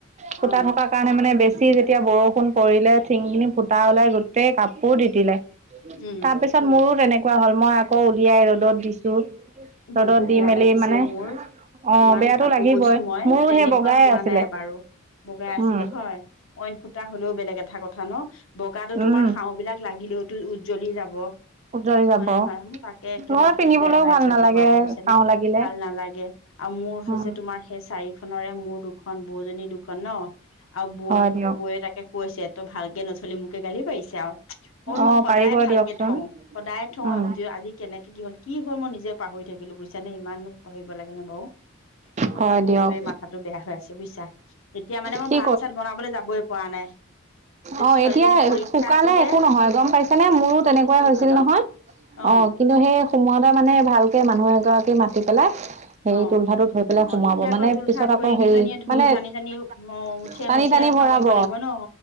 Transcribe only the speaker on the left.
অ
উম
বহুত
বেয়া
লাগিছে
অ' মোৰ।
ইমান
কাপোৰ
বৈছো মই
তেনেকুৱা
হোৱা
নাই এবাৰু। বগাই আছিলে
হয় অইন সোতা হলেও বেলেগ এটা কথা -কথা ন' বগাতো
তোমাৰ হাও বিলাক লাগিলেওতো উজ্জ্বলি যাব।
হয় নে নহয় মোৰ তাকে একে
মাথাটো
বেয়া হৈ
আছে।
বা ভাবিছা
নে
ভাল নালাগে আৰু মোৰ হৈছে
তোমাৰ সেই চাৰি খনেৰে মোৰ দু দুখন বৌজনী দুখন ন' আৰু বৌ
-বৌয়ে তাকে কৈছে তই ভালকে নথলি মোকে গালি পাৰি পাৰিছে আও, মই বোলো
সদায়
ভালকে
থওঁ সদায় থওঁ
আজি কেনেকে কি হ'ল কি হল মই নিজে পাহৰি থাকিলো বুইছানে ইমাননো পাহৰিব লাগে নে বাৰু। মই
একে
সেইটোৱে মাথাটো বেয়া হৈ আছে বুইছা এতিয়া মানে মই
ভাত- চাত বনাবলে যাবই পৰা নাই।
ছোৱালীজনীৰ
পৰীক্ষা
আছিলে
একো
ন?
অ',
অ',
অ',
এতিয়া আকৌ
তুলঠা
ধৰি
দুজনীয়ে ধৰি
টানি টানি
অ', মুঠিয়াই
মুঠিয়াই
সামৰিব
লাগিব ন?